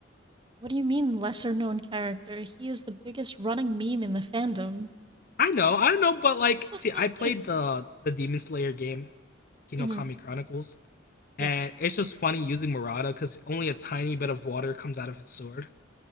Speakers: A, on the right; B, on the left.
A: What do you mean, lesser known character? He is the biggest running meme in the fandom.
B: I know, I know, but like,
A: <laughs>
B: see, I played the the Demon Slayer game, Kinokami
A: hmm
B: Chronicles,
A: Yes.
B: and it's just funny using Murata because only a tiny bit of water comes out of his sword.